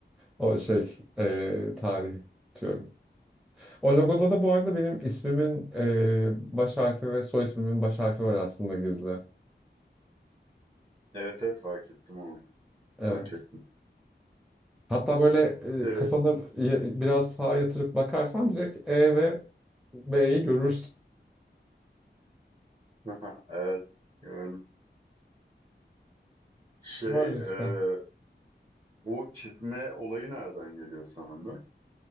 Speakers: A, in the centre; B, on the right.
A: O şey e, tarih diyorum. O logoda da bu arada benim ismimin e, baş harfi ve soy ismimin baş harfi var aslında gizli.
B: Evet evet fark ettim onu.
A: Evet.
B: Fark ettim.
A: Hatta böyle
B: Evet.
A: e, kafanı y- biraz sağa yatırıp bakarsan direkt E ve B'yi görürsün.
B: <laughs> evet gördüm. Şey
A: Böyle işte.
B: e, bu çizme olayı nereden geliyor sandın?